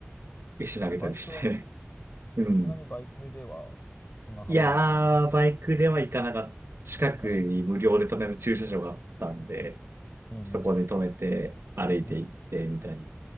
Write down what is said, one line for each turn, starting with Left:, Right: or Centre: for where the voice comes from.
Right: 石投げたりして。
Left: バイクは、
Right: <laughs> うん。
Left: さすがにバイクでは砂浜は行かないんだよね。
Right: いやー、バイクでは行かなかった。近くに無料で止める駐車場があったんで、
Left: かないよね。うんうん
Right: そこで止めて、歩いて行って、
Left: うん。うん
Right: みたいな。